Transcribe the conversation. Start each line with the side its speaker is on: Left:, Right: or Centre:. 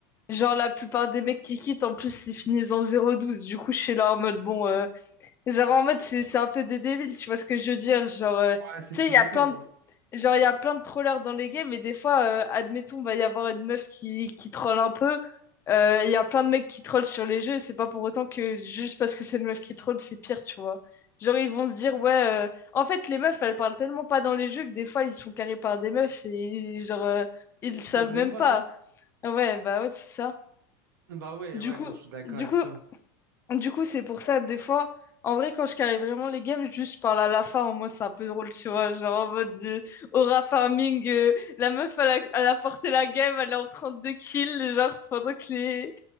Left: genre, la plupart des mecs qui quittent, en plus, ils finissent en zéro douze. Du coup, je suis là en mode, bon, euh, Genre, en mode, c'est c'est un peu des débiles, tu vois ce que je veux dire? Genre, euh,
Right: Ouais, c'est
Left: tu
Right: culotté,
Left: sais, il y a plein
Right: genre.
Left: de... Genre, il y a plein de trollers dans les games, et des fois, euh, admettons, va y avoir une meuf qui, qui troll un peu. Euh, Il y a plein de mecs qui trollent sur les jeux, et c'est pas pour autant que juste parce que c'est une meuf qui troll, c'est pire, tu vois. Genre, ils vont se dire, ouais, euh, en fait, les meufs, elles parlent tellement pas dans les jeux que des fois, ils se font carrer par des meufs, et genre, euh, ils
Right: Ils
Left: le savent
Right: savent même
Left: même
Right: pas,
Left: pas.
Right: genre.
Left: Ah Ouais, bah ouais, c'est ça.
Right: Bah ouais,
Left: Du
Right: ouais,
Left: coup,
Right: non, je suis d'accord
Left: du
Right: avec
Left: coup,
Right: toi.
Left: du coup, c'est pour ça, des fois, en vrai, quand je carry vraiment les games, juste je parle à la Lafa, en moi, c'est un peu drôle, tu vois. Genre en mode euh, Aura Farming, euh, la meuf, elle a, elle a porté la game, elle est en 32 kills, genre, pendant que les,